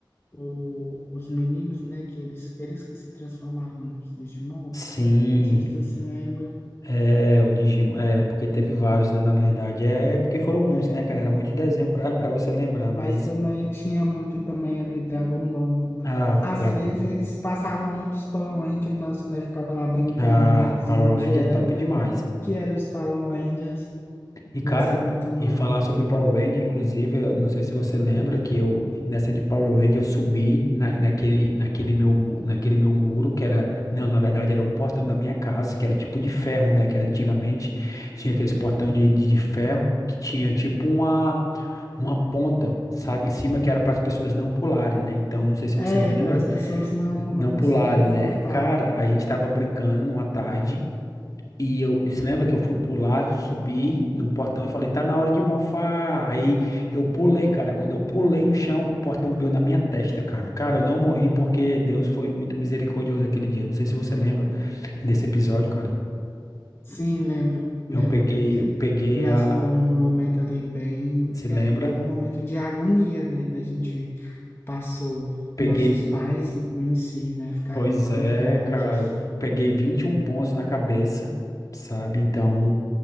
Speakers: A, on the left (about 30°); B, on the left (about 45°).
A: o- os meninos, né? Que eles, eles que se transformavam nos Digimon.
B: Sim,
A: Não sei se tu se lembra.
B: é, o Digimon, é, porque teve vários, né, na verdade, é, é porque foram muitos,
A: É.
B: né, cara, era muito desenho pra, pra você lembrar, mas
A: Mas também tinha muito também ali Dragon Ball.
B: Ah,
A: Às
B: Dragon.
A: vezes passavam muitos Power Rangers e nossa, né, ficava lá brincando,
B: Ah,
A: né? Dizendo
B: Power
A: que
B: Ranger
A: era,
B: é top demais.
A: que era os Power Rangers.
B: E, cara,
A: Nossa, muito bom.
B: e falar sobre Power Ranger, inclusive, eu não sei se você lembra que eu, nessa de Power Ranger, eu subi na, naquele, naquele meu, mu- naquele meu muro, que era, não, na verdade era o portão da minha casa, que era tipo de ferro, né, que era antigamente, tinha aqueles portão de, de, de ferro, que tinha tipo uma, uma ponta, sabe, em cima, que era para as pessoas não pularem, né, então, não sei se
A: É,
B: você lembra,
A: para as pessoas não, não
B: não
A: conseguirem
B: pularem,
A: furtar.
B: né, cara, a gente tava brincando numa tarde, E eu, e você lembra que eu fui pular, subi no portão e falei, tá na hora de mofar. Aí eu pulei, cara. Quando eu pulei no chão, o portão veio na minha testa, cara. Cara, eu não morri porque Deus foi muito misericordioso aquele dia. Não sei se você lembra desse episódio, cara.
A: Sim, lembro, lembro.
B: Eu peguei, eu peguei
A: Nossa,
B: a.
A: foi um momento ali bem,
B: se
A: que
B: lembra?
A: é- foi um momento de agonia, né, que a gente passou.
B: Peguei
A: Nossos pais em si, né, ficaram
B: Pois
A: muito
B: é,
A: nervosos.
B: cara, eu peguei 21 pontos na cabeça, sabe? Então,